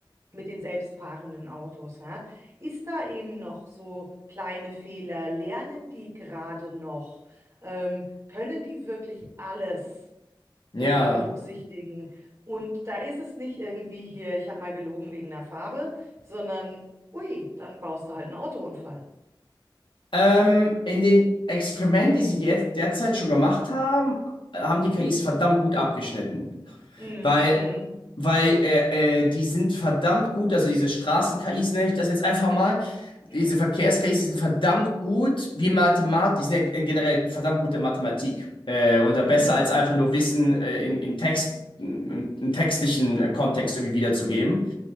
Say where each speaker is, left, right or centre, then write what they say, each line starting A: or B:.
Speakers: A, on the right (about 35°); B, on the left (about 80°).
A: mit den selbstfahrenden Autos, ja? Ist da eben noch so kleine Fehler? Lernen die gerade noch? Ähm, können die wirklich alles
B: Ja.
A: äh, berücksichtigen? Und da ist es nicht irgendwie hier, ich habe mal gelogen wegen der Farbe, sondern, ui, dann baust du halt einen Autounfall.
B: Ähm, in den Experimenten, die sie jetzt derzeit schon gemacht haben, haben die
A: Mhm.
B: KIs verdammt gut abgeschnitten.
A: Mhm.
B: Weil,
A: Mhm.
B: weil äh, äh, die sind verdammt gut, also diese Straßen-KIs nenne ich das jetzt einfach mal.
A: Mhm.
B: Diese Verkehrs-KIs, die sind verdammt gut wie Mathematik, die sind ja äh, generell verdammt gute Mathematik. Äh, oder besser
A: Mhm.
B: als einfach nur Wissen äh, in, in Text, in, in textlichen äh, Kontext irgendwie wiederzugeben.